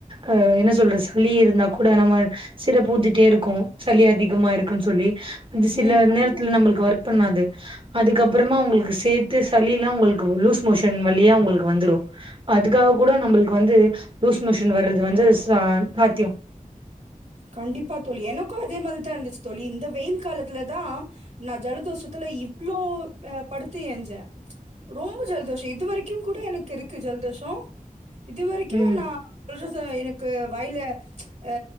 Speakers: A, on the right (about 35°); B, on the right (about 55°).
A: அ என்ன சொல்றது சலி இருந்தா கூட நம்ம சில பூத்திட்டே இருக்கு சளி அதிகமா இருக்குன்னு சொல்லி அது சில
B: ம்.
A: நேரத்துல நம்மளுக்கு ஒர்க் பண்ணாது அதுக்கப்புறமா உங்களுக்கு சேர்த்து சளி எல்லா உங்களுக்கு லூஸ் மோஷன் வழியா உங்களுக்கு வந்துடு அதுக்காக
B: க
A: கூட நம்மளுக்கு வந்து லூஸ் மோஷன் வர்றது வந்து ச சாத்தியோ
B: கண்டிப்பா தோழி எனக்கு அதே மாதிரிதா இருந்துச்சு தோழி இந்த வெயில் காலத்துலதா நா ஜலதோஷத்துல இவ்வளவு அ படுத்து ஏஞ்சே ரொம்ப ஜலதோஷோ இதுவரைக்கு கூட எனக்கு இருக்கு ஜலதோஷோ இது வரைக்கு
A: ம்
B: நா சொல்ற ச எனக்கு வயல அ